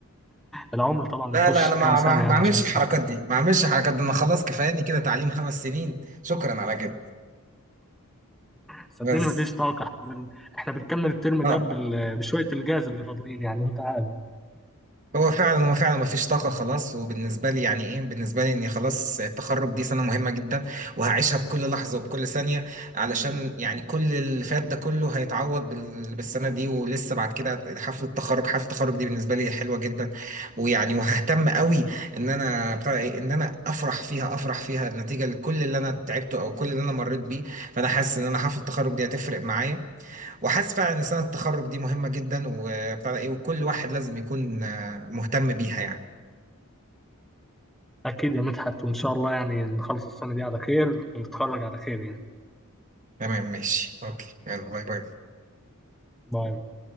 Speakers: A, in the centre; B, on the right (about 35°).
A: العمر طبعا مفيهوش
B: لا لا أنا
A: كام
B: ما
A: سنة
B: ما ما
A: يعني
B: بعملش
A: عشان
B: الحركات دي ما بعملش الحركات دي أنا خلاص كفاياني كده تعليم خمس سنين شكرا على كده
A: صدقني
B: بس
A: مفيش طاقة احنا بن- إحنا بنكمل الترم
B: آه
A: ده بال- بشوية الجاز اللي فاضلين يعني انت عارف
B: هو فعلا هو فعلا ما فيش طاقة خلاص وبالنسبة لي يعني ايه بالنسبة لي اني خلاص التخرج دي سنة مهمة جدا وهعيشها بكل لحظة وبكل ثانية علشان يعني كل اللي فات ده كله هيتعوض بال- بالسنة دي ولسه بعد كده حفلة التخرج حفلة التخرج دي بالنسبة لي حلوة جدا ويعني وههتم قوي ان انا بتاع ايه ان انا افرح فيها افرح فيها نتيجة لكل اللي انا تعبته او كل اللي انا مريت بيه فانا حاسس ان انا حفلة التخرج دي هتفرق معايا وحاسس فعلا ان سنه التخرج دي مهمه جدا وبتاع ده ايه وكل واحد لازم يكون آه، مهتم بيها يعني
A: أكيد يا مدحت وإن شاء الله يعني نخلص السنة دي على خير ونتخرج على خير يعني
B: تمام ماشي اوكي يلا باي باي
A: باي